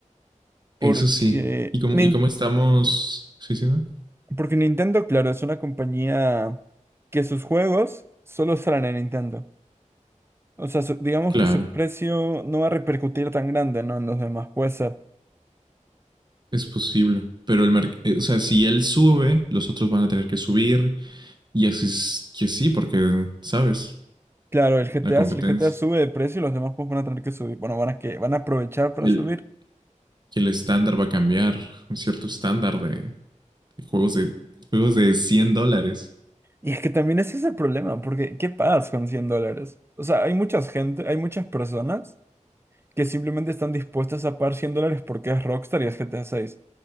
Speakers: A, on the right (about 20°); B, on the right (about 35°).
A: porque
B: eso sí. ¿Y cómo,
A: Nin-
B: y cómo estamos? Sí, sí, ¿no?
A: porque Nintendo, claro, es una compañía que sus juegos solo salen en Nintendo. O sea, su- digamos
B: Claro,
A: que su precio no va a repercutir tan grande, ¿no? En los demás. Puede ser.
B: es posible. Pero el merc- eh, o sea, si él sube, los otros van a tener que subir. Y así es que sí, porque, ¿sabes?
A: Claro, el GTA,
B: la competencia.
A: si el GTA sube de precio, los demás juegos van a tener que subir. Bueno, van a, que, van a aprovechar para
B: El,
A: subir.
B: que el estándar va a cambiar, un cierto estándar de, de juegos de juegos de 100 dólares.
A: Y es que también ese es el problema, porque ¿qué pagas con 100 dólares? O sea, hay mucha gente, hay muchas personas que simplemente están dispuestas a pagar 100 dólares porque es Rockstar y es GTA seis